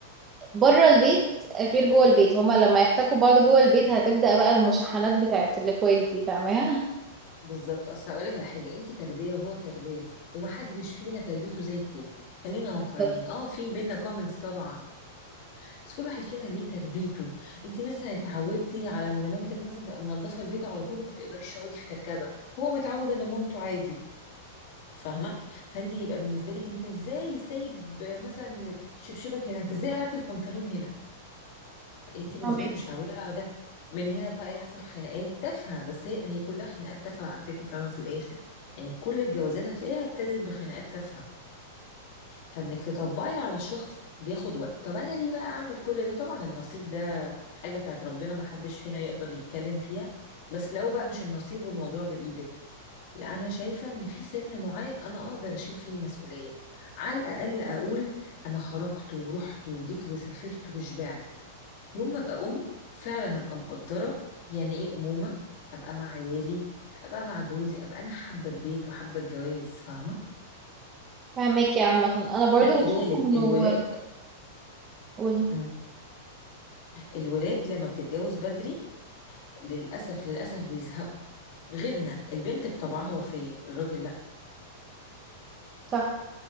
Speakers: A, on the right; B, on the left.
A: بره البيت غير جوه البيت هما لما يحتكوا بعض جوه البيت هتبدأ بقى المشاحنات بتاعت الاخوات دي فاهمها
B: بالظبط أصل أقولك على حاجة أنتي تربية وهو تربية ومحدش فينا تربيته زي التاني خلينا واقعيين
A: طب
B: اه في بينا كومنتس طبعا بس كل واحد فينا ليه تربيته انتي مثلا اتعودتي على ان مامتك مثلا تبقى منضفه البيت على طول وما تقدريش تقعدي في كركبه هو متعود ان مامته عادي فاهمه فانت يبقى بالنسبه لك انت ازاي سايب مثلا شبشبك هنا انت ازاي قلعت البنطلون هنا انت بالنسبه
A: فاهمك
B: لك مش متعوده على ده من هنا بقى يحصل خناقات تافهه بس هي هي كلها خناقات تافهه على فكره في الاول وفي الاخر يعني كل الجوازات هتلاقيها ابتدت بخناقات تافهه فانك تطبقي على الشخص بياخد وقت طب انا ليه بقى اعمل كل ده طبعا النصيب ده حاجه بتاعت ربنا ما حدش فينا يقدر يتكلم فيها بس لو بقى مش النصيب والموضوع بايدك لا انا شايفه ان في سن معين انا اقدر اشيل فيه المسؤوليه على الاقل اقول انا خرجت ورحت وجيت وسافرت وشبعت يوم ما ابقى ام فعلا ابقى مقدره يعني ايه امومه ابقى مع عيالي ابقى مع جوزي ابقى انا حابه البيت وحابه الجواز فاهمه
A: فاهمك يا عامة انا برضو
B: خلي
A: بشوف
B: بالك
A: انه
B: الولاد
A: قولي
B: مم. الولاد لما بتتجوز بدري للاسف للاسف بيزهقوا غيرنا البنت بطبعها وفيه الراجل لا
A: صح